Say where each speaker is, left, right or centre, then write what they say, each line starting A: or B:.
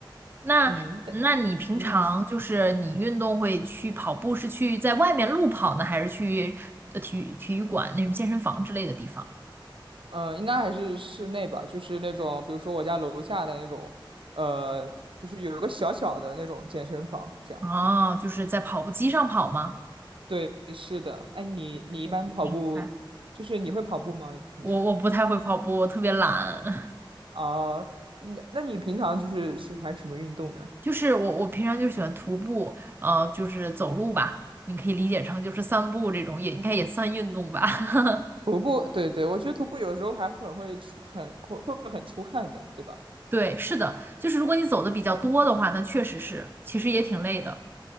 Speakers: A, on the right; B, on the right.
A: 那那你平常就是你运动会去跑步，
B: 嗯那嗯。
A: 是去在外面路跑呢，还是去呃体育体育馆那种健身房之类的地方？
B: 嗯，呃应该还是室内吧，就是那种，比如说我家楼下的那种，呃，就是有一个小小的那种健身房，这样。
A: 哦，就是在跑步机上跑吗？
B: 对，是的。哎，你你一般跑步，
A: 可以，明白。
B: 就是你会跑步吗？平时？
A: 我我不太会跑步，我特别懒。<laughs>
B: 啊，那那你平常就是喜欢什么运动呢？
A: 就是我我平常就喜欢徒步，呃，就是走路吧，你可以理解成就是散步这种，也应该也算运动吧。<laughs>
B: 徒步，对对，我觉得徒步有时候还很会出，很会会很出汗的，对吧？
A: 对，是的，就是如果你走的比较多的话，那确实是，其实也挺累的。